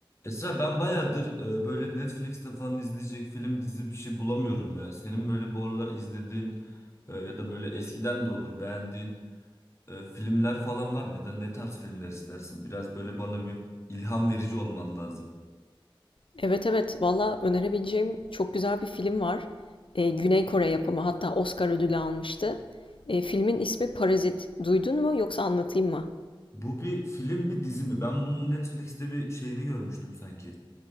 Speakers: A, on the left; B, on the left.
A: Esra ben bayağıdır e, böyle Netflix'te falan izleyecek film dizi bir şey bulamıyorum ya. Senin böyle bu aralar izlediğin e, ya da böyle eskiden de olur beğendiğin e, filmler falan var mı? Ya da ne tarz filmler izlersin? Biraz böyle bana bir ilham verici olman lazım.
B: Evet evet valla önerebileceğim çok güzel bir film var. Ee, Güney Kore yapımı hatta Oscar ödülü almıştı. Ee, filmin ismi Parazit. Duydun mu yoksa anlatayım mı?
A: Bu bir film mi dizi mi? Ben bunun Netflix'te bir şeyini görmüştüm sanki.